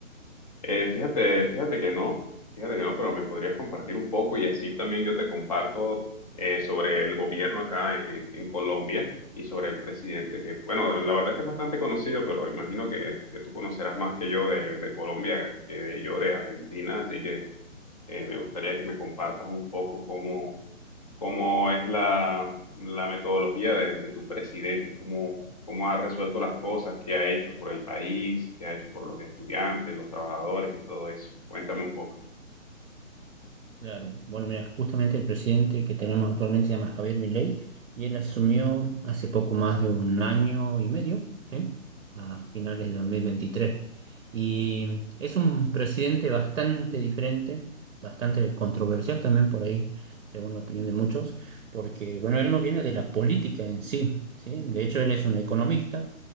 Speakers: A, on the left; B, on the right.
A: Eh, fíjate, fíjate que no, fíjate que no, pero me podrías compartir un poco y así también yo te comparto eh, sobre el gobierno acá en, en Colombia y sobre el presidente, que bueno, la verdad es que es bastante conocido, pero imagino que, que tú conocerás más que yo de, de Colombia que yo de Argentina, así que eh, me gustaría que me compartas un poco cómo cómo es la, la metodología de, de tu presidente, cómo, cómo ha resuelto las cosas, qué ha hecho por el país, qué ha hecho por los estudiantes, los trabajadores y todo eso. Cuéntame un poco.
B: Claro, bueno, mira, justamente el presidente que tenemos actualmente se llama Javier Milei y él asumió hace poco más de un año y medio, ¿sí? A finales de 2023. Y es un presidente bastante diferente, bastante controversial también por ahí, según la opinión de muchos, porque, bueno, él no viene de la política en sí, ¿sí? De hecho, él es un economista